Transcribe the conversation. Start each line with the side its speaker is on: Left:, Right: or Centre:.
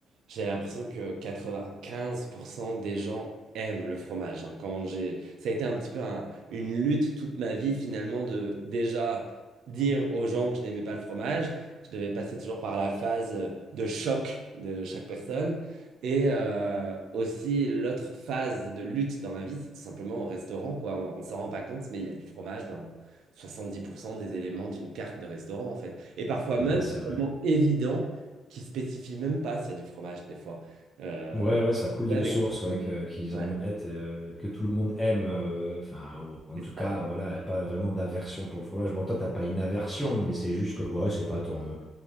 Right: j'ai l'impression que 95% des gens aiment le fromage. hein. Quand j'ai... Ça a été un petit peu un- une lutte toute ma vie, finalement, de déjà dire aux gens que je n'aimais pas le fromage. Je devais passer toujours par la phase euh, de choc de chaque personne. Et euh, aussi, l'autre phase de lutte dans ma vie, c'est tout simplement au restaurant, quoi. On, on s'en rend pas compte, mais il y a du fromage dans 70% des éléments d'une carte de restaurant, en fait. Et parfois même,
Centre: ouais, c'est
Right: c'est
Centre: vrai.
Right: tellement évident qu'ils spécifient même pas s'il y a du fromage, des fois. Euh,
Centre: Ouais, ouais, ça coule
Right: ouais,
Centre: de
Right: avec-
Centre: source, ouais, que- qu'ils
Right: ouais,
Centre: en mettent, et, euh, que tout le monde aime. euh, enfin, ou- en
Right: c'est
Centre: tout
Right: ça.
Centre: cas, voilà, y a pas vraiment d'aversion pour le fromage. Bon, toi, t'as pas une aversion, mais c'est juste que, ouais, c'est pas ton,